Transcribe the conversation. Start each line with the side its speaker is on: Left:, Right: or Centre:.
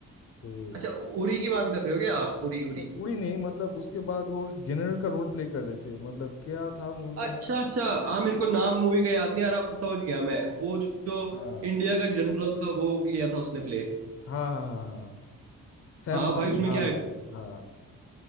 Left: तो
Right: अच्छा उ- उरी की बात कर रहे हो क्या आप उरी उरी
Left: नहीं उड़ी नहीं मतलब उसके बाद वो जनरल का रोल प्ले कर रहे थे मतलब क्या था मूवी का
Right: अच्छा
Left: नाम
Right: अच्छा हाँ मेरे को नाम मूवी का याद नहीं आ रहा पर समझ गया मैं वो जो, जो
Left: हाँ
Right: इंडिया का जनरल था वो किया था उसने प्ले
Left: हाँ हाँ हाँ हाँ सैम
Right: हाँ
Left: बहादुर
Right: भाई उसमें
Left: हाँ
Right: क्या है
Left: हाँ